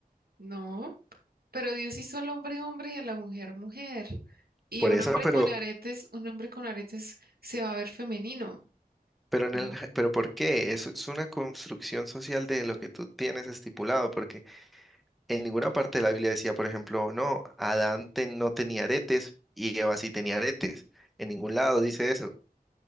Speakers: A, on the right; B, in the centre.
A: no, pero Dios hizo al hombre hombre y a la mujer mujer. Y
B: Por
A: un
B: eso,
A: hombre
B: pero,
A: con aretes, un hombre con aretes se va a ver femenino,
B: pero en
A: o
B: el, pero ¿por qué? Es, es una construcción social de lo que tú tienes estipulado, porque En ninguna parte de la Biblia decía, por ejemplo, no, Adán te- no tenía aretes y Eva sí tenía aretes. En ningún lado dice eso.